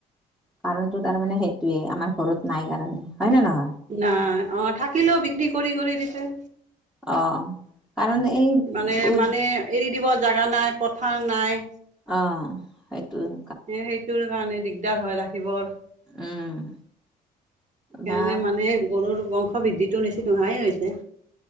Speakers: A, in the centre; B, on the right.
A: কাৰণটো তাৰমানে সেইটোয়ে আমাৰ ঘৰত নাই কাৰণে হয় নে নহয়
B: নাই অ থাকিলেও বিক্ৰী কৰি কৰি দিছে
A: অ কাৰণ এই
B: মানে
A: উই
B: মানে এৰি দিব জাগা নাই পথাৰ নাই।
A: অঁ সেইটোৱে।
B: এ সেইটোৰ কাৰণে দিগদাৰ হয় ৰাখিবৰ। সেইকাৰণে
A: উম বা
B: মানে গৰুৰ বংশ বৃদ্ধিটো নিচি নোহোৱাই হৈছে।